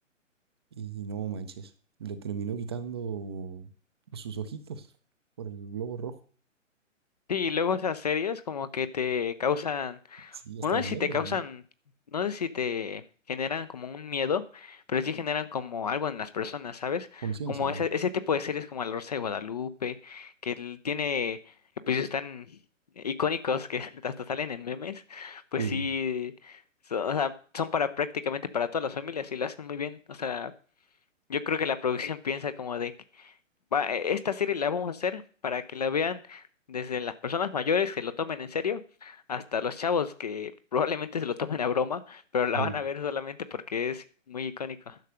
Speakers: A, on the right; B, on the left.
A: Y no manches, le terminó quitando sus ojitos por el globo rojo.
B: Sí, y luego esas series como que te causan
A: Sí, hasta
B: Bueno, no
A: mañana,
B: sé si te causan,
A: ¿no?
B: no sé si te generan como un miedo, pero sí generan como algo en las personas, ¿sabes?
A: Conciencia,
B: Como ese,
A: ¿no?
B: ese tipo de series como La Rosa de Guadalupe, que l- tiene episodios tan icónicos que <laughs> hasta salen en memes, pues
A: Sí,
B: sí, son, o sea, son para prácticamente para todas las familias y lo hacen muy bien. O sea, yo creo que la producción piensa como de va- eh, esta serie la vamos a hacer para que la vean desde las personas mayores que lo tomen en serio hasta los chavos que <laughs> probablemente se lo tomen a broma, pero la
A: eh,
B: van a ver solamente porque es muy icónico